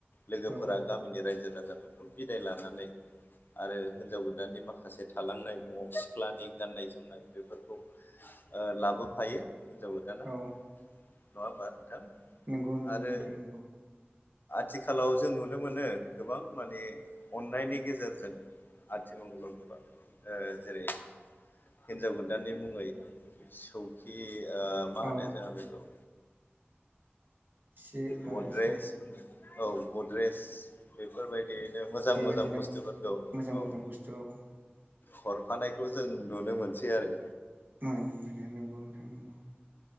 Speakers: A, on the left; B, on the right.
A: लोगोफोरा
B: औ
A: गामिनि रायजो राजाफोरखौ बिदाइ लानानै आरो होनजाव गो दाननि माखासे थालांनाय न'आव सिख्लानि गाननाय जोमनाय बेफोरखौ ओ लाबोफायो होनजाव गोदाना
B: औ
A: नङा होमबा नोंथां?
B: नंगौ नंगौ
A: आरो
B: नोंथां नंगौ
A: थिखालाव जों नुनो मोनो गोबां माने अन्नायनि गेजेरजों आथिमंगलआव गोबां ओ जेरै हिन्जाव गोदाननि मुङै सौखि ओ मा
B: औ
A: होनो जोंहा बेखौ
B: सि
A: गद्रेस
B: ओ सौ
A: औ गद्रेस बेफोरबायदियैनो मोजां
B: बेबायदिनो
A: मोजां बुस्थुफोरखौ
B: मोजां
A: औ।
B: <unintelligible>
A: हरफानायखौ जों नुनो मोनसै आरो।
B: मोनो मोनो नंगौ नोंथां मोनो।